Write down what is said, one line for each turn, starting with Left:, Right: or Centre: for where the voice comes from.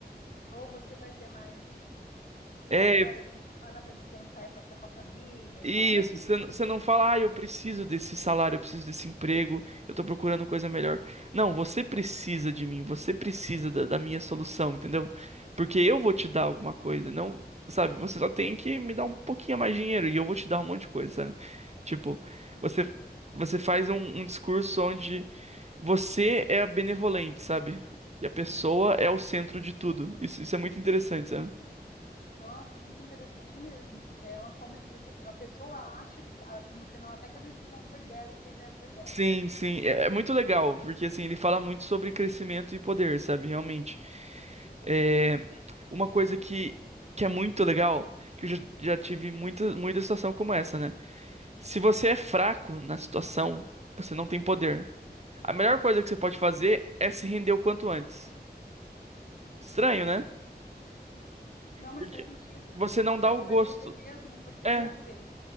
Left: Ou você vai ter mais
Right: É,
Left: quatro horas por semana para descansar e passar com a família,
Right: Isso,
Left: qualquer tipo
Right: você
Left: de.
Right: não você não fala, ah, eu preciso desse salário, eu preciso desse emprego, eu tô procurando coisa melhor. Não, você precisa de mim, você precisa da, da minha solução, entendeu? Porque eu vou te dar alguma coisa, não, sabe? Você só tem que me dar um pouquinho a mais de dinheiro e eu vou te dar um monte de coisa, sabe? Tipo,
Left: Entendi.
Right: você, você faz um, um discurso onde você é a benevolente, sabe? E a pessoa é o centro de tudo. Isso, isso é muito interessante, sabe?
Left: Nossa, muito interessante mesmo, porque é uma forma que você, a pessoa acha que a- no final até que a decisão foi dela e que a ideia foi dela.
Right: Sim, sim, é, é muito legal, porque assim, ele fala muito sobre crescimento e poder, sabe? Realmente. É, uma coisa que, que é muito legal, que eu já, já tive muita, muita situação como essa, né? Se você é fraco na situação, você não tem poder. A melhor coisa que você pode fazer é se render o quanto antes. Estranho, né?
Left: Entendi. Não, mas
Right: Porque
Left: faz sentido.
Right: você não dá
Left: Já
Right: o
Left: que você
Right: gosto.
Left: vai perder mesmo, por que
Right: É,
Left: sofrer?